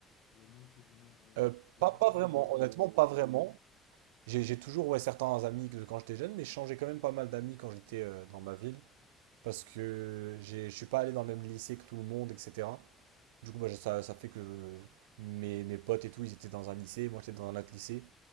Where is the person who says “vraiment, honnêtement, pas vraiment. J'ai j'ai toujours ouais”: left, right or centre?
Right